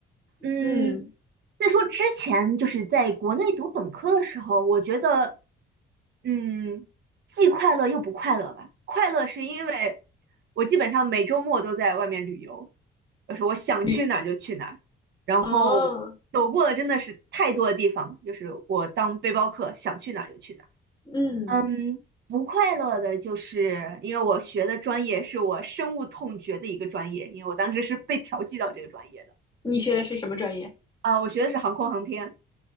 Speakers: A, on the right; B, on the left.
A: 嗯，
B: 嗯，
A: 再说之前就是在国内读本科的时候，我觉得，嗯，既快乐又不快乐吧。快乐是因为我基本上每周末都在外面旅游，就是我想去哪儿就去哪儿，
B: 旅
A: 然后走过了真的是太多的地方，
B: 啊，
A: 就是我当背包客，想去哪儿就去哪儿。
B: 嗯，
A: 嗯，不快乐的就是因为我学的专业是我深恶痛绝的一个专业，因为我当时是被调剂到这个专业的。
B: 你学的是什么专业？
A: 呃，我学的是航空航天，